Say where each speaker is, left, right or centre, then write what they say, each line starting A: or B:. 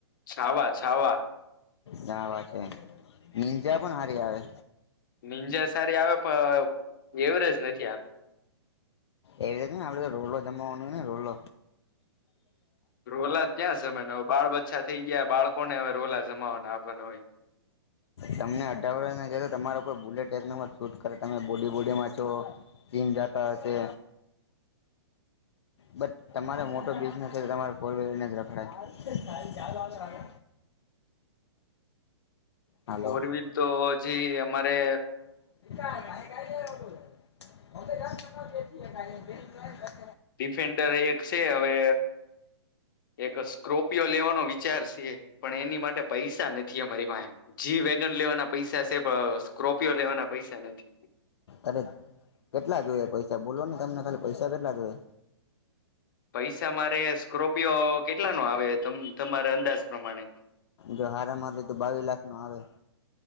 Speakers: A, on the left; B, on the left.
A: છાવા છાવા
B: જા વા છે નિંજા પણ હારી આવે.
A: નીરજા સારી આવે પણ એવરેજ નથી આપે.
B: એવી રીતે આપડે તો રોડ જમવાનો ને રોડ
A: રોલા ક્યાં જમે બાળ બચ્છા થઈ ગયા બાળકોને હવે રોલા જમાવાના આપવાનો હોય.
B: તમને અઢાર વર્ષ જ તો તમારો કો બુલેટ ન શૂટ કરે તમે બોડી બોડી માં છો. ચીમ જાતા હશે.
A: <unintelligible>
B: બ તમારો મોટો બિઝનેસ છે કે તમારે ફર વલરને જ રખડાય.
A: <unintelligible>
B: હાલો
A: ફોર વ્હીલ તો હજી અમારે
B: <inaudible>
A: ડિફેન્ડર એક છે હવે એક સ્કો્રોપિયો લેવાનો વિચાર છે પણ એની માટે પૈસા નથી અમારી પાસે જી વેગન લેવાના પૈસા છે સ્કોર્પિયો લેવાના પૈસા નથી
B: અરે કેટલા જોઈએ પૈ <unintelligible> બોલો ને તમને ખાલી પૈસા કેટલા જોયે.
A: પૈસા મારે સ્કોર્પિયો કેટલા ન આવે તમારા અંદાજ પ્રમાણે?
B: જો હારા માર તો બાવી લાખ નો આવે.